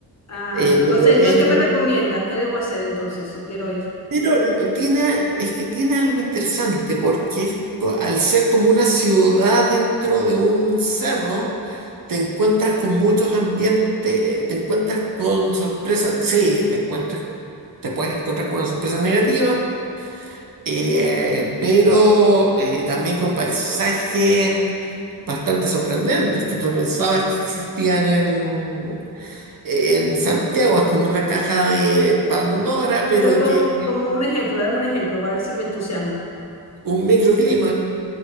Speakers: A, on the left (about 45°); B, on the right (about 60°).
A: Ah,
B: Eh, pero
A: o sea, entonces,
B: es,
A: ¿qué me recomiendas? ¿Qué debo hacer entonces si quiero ir?
B: Pero lo- tiene, es que tiene algo interesante porque es co- al ser como una ciudad dentro de un cerro, te encuentras con muchos ambientes, eh, te encuentras con sorpresas, sí, te encuentras, te puedes encontrar con una sorpresa negativa, eh, pero eh, también con paisajes bastante sorprendentes que no pensabas que existían en, en Santiago. Es como una caja de Pandora, pero
A: Pero como,
B: que
A: como un ejemplo, dame un ejemplo para ver si me entusiasmo.
B: un microclima.